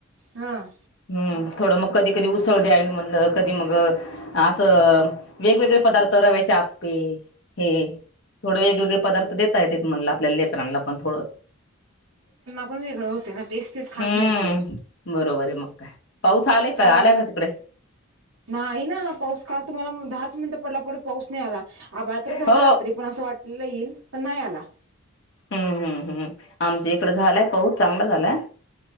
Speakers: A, on the right; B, on the left.
A: हां
B: हम्म थोड मग कधी कधी उसळ द्यावी म्हणल कधी मग अस वेगवेगळे पदार्थ रव्याचे आ प्पे हे थोडे वेगवेगळे पदार्थ देेता येतात म्हणला. आपल्या लेकरांला पण थोड.
A: आपण वेगळ होतय ना. तेच तेच खात
B: हम्म
A: नाही ते
B: बरोबर आहे मग काय. पाऊस आलाय
A: आता
B: का आलाय का तिकडे?
A: नाही ना पाऊस काल तुम्हाला दहाच मिनट पडला परत पाऊस नाही आला. आभाळ तर झालत
B: हो
A: रात्री पण अस वाटलेल येईल पण नाही आला.
B: हम्म हम्म हम् आमच्या इकड झालाय पाऊस चांगला झालाय.